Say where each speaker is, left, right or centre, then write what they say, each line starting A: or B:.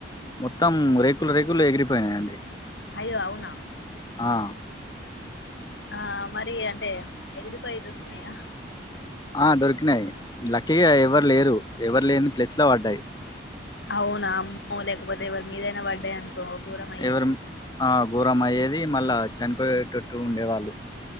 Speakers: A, on the left; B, on the left.
A: మొత్తం రేకులరేకులెగిరిపోయినయండి
B: అయ్యోఅవునా
A: ఆ..
B: ఆ, మరీయంటే ఎగిరిపోయి దొరికినయా
A: ఆ దొరికినయి లక్కిగ ఎవరు లేరు ఎవర్లేని ప్లేస్ల పడ్డయి.
B: అవునా అమ్మోలేకపోతే ఎవర్ మీదైన పడ్డయనికో ఘోరమయ్యేది
A: ఎవరు ఆ ఘోరమయ్యేది మళ్ళా చనిపోయేటట్టు ఉండేవాళ్ళు